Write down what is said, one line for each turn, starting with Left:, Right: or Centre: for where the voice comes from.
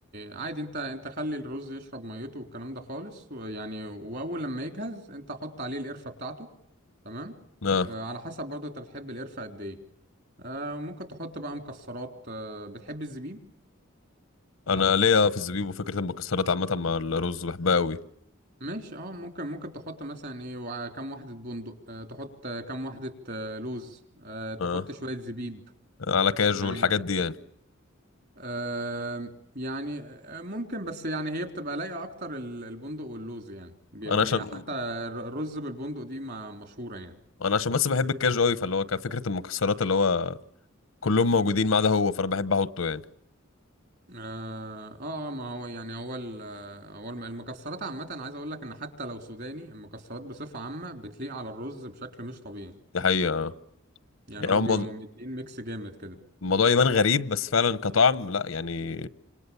Right: عادي انت انت خلي الرز يشرب ميته والكلام ده خالص ويعني واول لما يجهز انت حط عليه القرفة بتاعته تمام
Left: اه
Right: آه على حسب برضه انت بتحب القرفة قد ايه آه ممكن تحط بقى مكسرات آه بتحب الزبيب
Left: انا ليا في الزبيب وفكره المكسرات عامه مع الرز بحبها قوي
Right: ماشي اه ممكن ممكن تحط مثلا ايه وع- كام واحدة بندق آه تحط آه، كام واحدة آه لوز آه تحط
Left: اه
Right: شوية زبيب
Left: على كاجو
Right: يعني
Left: الحاجات دي يعني
Right: آم، يعني آه، ممكن بس يعني هي بتبقى لايقة أكتر ال- البندق واللوز يعني بيقوم
Left: انا عشان
Right: يعني حتى الر- الرز بالبندق دي ما مشهورة يعني
Left: انا عشان بس بحب الكاجو قوي فاللي هو كفكره المكسرات اللي هو كلهم موجودين ما عدا هو فانا بحب احطه يعني
Right: آه, آه آه، ما هو يعني هو ال- آه، هو الم- المكسرات عامة عايز أقول لك إن حتى لو سوداني المكسرات بصفة عامة بتليق على الرز بشكل مش طبيعي
Left: دي حقيقه آه،
Right: يعني
Left: يعني
Right: هو
Left: هم
Right: بيقوم مدين ميكس جامد كده
Left: الموضوع يبان غريب بس فعلا كطعم لا يعني